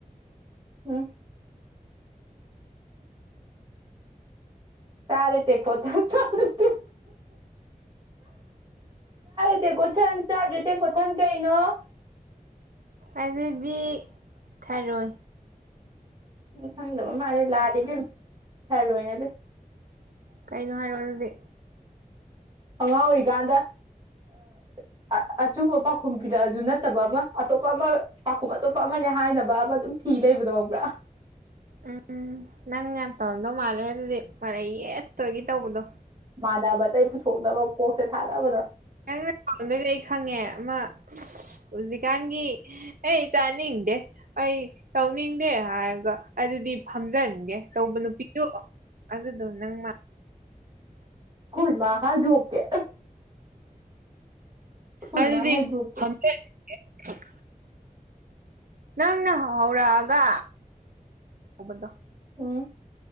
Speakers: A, on the right; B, on the right.
A: <inaudible> ꯆꯥꯔꯦ ꯇꯦꯡꯀꯣꯠꯊꯟ ꯆꯥꯗ꯭ꯔꯦꯊꯟ ꯇꯦꯡꯀꯣꯠꯊꯟ ꯆꯥꯗ꯭ꯔꯦ ꯇꯦꯡꯀꯣꯠꯊꯟ ꯀꯩꯅꯣ
B: ꯑꯗꯨꯗꯤ ꯊꯥꯔꯣꯏ
A: ꯈꯪꯗꯕ ꯃꯥꯜꯂꯦ ꯂꯥꯜꯂꯤ ꯏꯕꯦꯝꯃꯥ ꯊꯔꯣꯏ ꯅꯠꯇꯦ
B: ꯀꯩꯅꯣ ꯍꯥꯏꯔꯣ ꯑꯗꯨꯗꯤ
A: ꯑꯉꯥꯡ ꯑꯣꯏꯔꯤꯀꯥꯟꯗ ꯑ ꯑ ꯑꯆꯨꯝꯕ ꯄꯥꯎꯈꯨꯝ ꯄꯤꯔꯛꯑꯁꯨ ꯅꯠꯇꯕ ꯑꯃ ꯑꯇꯣꯞꯄ ꯑꯃ ꯄꯥꯎꯈꯨꯝ ꯑꯇꯣꯞꯄ ꯑꯃꯅꯦ ꯍꯥꯏꯅꯕ ꯑꯃ ꯑꯗꯨꯝ ꯊꯤ ꯂꯩꯕꯗꯣ ꯈꯪꯕ꯭ꯔꯥ
B: ꯎꯝ ꯅꯪ ꯌꯥꯝ ꯇꯧꯔꯝꯗꯧ ꯃꯥꯜꯂꯦ ꯑꯗꯨꯗꯤ ꯃꯔꯩ ꯌꯦꯠꯇꯣꯏꯒꯤ ꯇꯧꯕꯗꯣ
A: ꯃꯥꯟꯅꯕ ꯑꯇꯩ ꯄꯨꯊꯣꯛꯅꯕ ꯀꯣꯛꯁꯦ ꯊꯥꯗꯕꯗ
B: ꯅꯪꯅ <unintelligible> ꯑꯩ ꯈꯪꯉꯦ ꯑꯃ ꯍꯧꯖꯤꯛꯀꯥꯟꯒꯤ ꯑꯩ ꯆꯥꯅꯤꯡꯗꯦ ꯑꯩ ꯇꯧꯅꯤꯡꯗꯦ ꯍꯥꯏꯒ ꯑꯗꯨꯗꯤ ꯐꯝꯖꯟꯒꯦ ꯇꯧꯕ ꯅꯨꯄꯤꯗꯨ ꯑꯗꯨꯗꯣ ꯅꯪ
A: ꯈꯣꯏꯃꯥ ꯍꯥꯏꯗꯣꯛꯀꯦ ꯑꯩꯈꯣꯏ
B: ꯑꯗꯨꯗꯤ
A: ꯃꯥ ꯍꯥꯏꯗꯣꯛꯀꯦ
B: <unintelligible> ꯅꯪꯅ ꯍꯧꯔꯛꯑꯒ ꯍꯧꯕꯗꯣ
A: ꯎꯝ